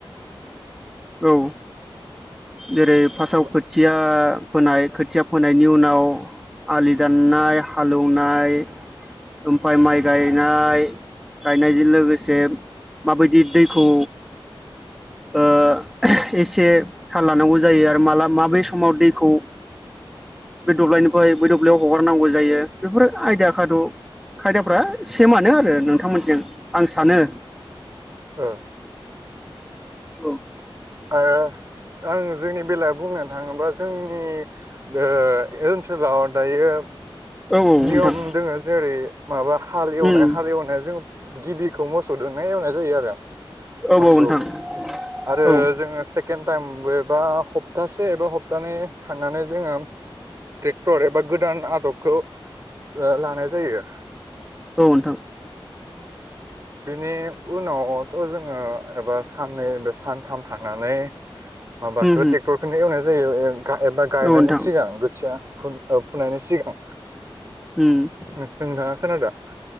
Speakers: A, in the centre; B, on the right.
A: औ जेरै फार्स्टआव
B: उम
A: खोथिया फोनाय खोथिया फोनायनि उनाव आलि दाननाय हालेवनाय ओमफ्राय माइ गाय नाय गायनायजों लोगोसे माबायदि दैखौ ओ एसे थाल लानांगौ जायो आरो माला माबे समाव दैखौ बे दब्लायनिफ्राय बै दब्लायाव हगारनांगौ जायो बेफोरो आयदा खाद' खायदाफ्रा सेमानो आरो नोंथांमोनजों आं सानो
B: ओ
A: औ
B: ओ आं जोंनि बेलायाव बुंनो थाङोब्ला जोंनि ओ ओनसोलाव दायो
A: औ
B: नियम
A: नोंथां
B: दोङो जेरै माबा हाल एवनाय
A: उम
B: हाल एवनाय जों गिबिखौ मोसौजोंनाय एवनाय जायो आरो
A: औ
B: मोसौ
A: औ नोंथां
B: आरो
A: औ उम
B: जोङो सेकेन्ड टाइम एबा सप्तासे एबा हप्तानै थांनानै जोंहा <inaudible> ट्रेक्टर एबा गोदान आदबखौ ओ लानाय जायो
A: औ नोंथां
B: बेनि उनावथ' जोङो एबा सान नै बे सानथाम थानानै माबाखौ
A: उम
B: ट्रेक्टरखौनो एवनाय जायो <inaudible> गाय एबा गायनायनि
A: औ नोंथां
B: सिगां गोथिया औ फुनायनि सिगां
A: उम
B: म थोंदा <inaudible> खोनादों